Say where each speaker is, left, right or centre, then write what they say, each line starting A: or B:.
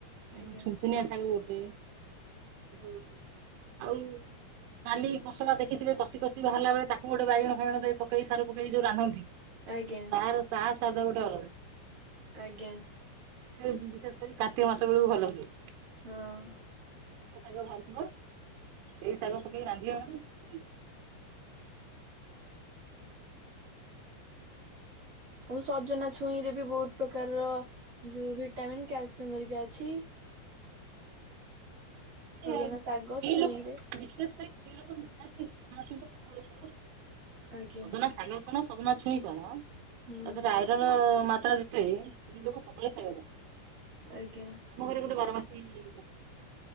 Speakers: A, on the right; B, on the right.
A: କିନ୍ତୁ
B: ଆଜ୍ଞା
A: ଛିନ୍ ସୁନିଆ ଶାଗ ଗୋଟେ ଉଁ ଆଉ ନାଲି କୋଶଳା ଦେଖିଥିବେ, କଷି-କଷି ବାହାରିଲା ବେଳେ ତାକୁ ଗୋଟେ ବାଇଗଣ-ଫାଇଗଣ ଦେଇ ପକେଇ ସାରୁ ପକେଇ ଯଉ ରାନ୍ଧନ୍ତି
B: ଆଜ୍ଞା
A: ଆର ତା ସ୍ୱାଦ ଗୋଟେ ଅଲଗା
B: ଆଜ୍ଞା
A: ଏଇ ବିଶେଷ କରି କାର୍ତିକ ମାସ ବେଳକୁ ଭଲ ସିଏ
B: ହଁ
A: ଛୋଟ ଶାଗ ଭାଜିବ ସେଇ ଶାଗ ପକେଇ ରାନ୍ଧିବ ମାନେ
B: ହଉ, ସଜନା ଛୁଇଁ ରେ ବି ବହୁତ ପ୍ରକାରର ଯୋଉ ଭିଟାମିନ୍, କ୍ୟାଲସିୟମ ହେରିକା ଅଛି
A: ସେ
B: ସଜନା ଶାଗ
A: ଦି
B: ଛୁଇଁରେ
A: ଲୋକ <unintelligible> ଶେ ସେଇ ଦି ଲକୋ ସମ ସହିତ ସଦନା
B: ଆଜ୍ଞା
A: ସାଙ୍ଗ <unintelligible> କଣ ସଜନା ଛୁଇଁ କଣ
B: ହୁଁ।
A: ତା ଦେହରେ ଆଇରନ୍ ମାତ୍ରା ଯେତେ, ସେଥି ଯୋଗୁ ସବୁବେଳେ ଖାଇବା ଦରକାର
B: ଆଜ୍ଞା
A: ଆମ ଘରେ ଯୋ ଯୋ ବାରମାସୀ ହେଇ ଅହିଁ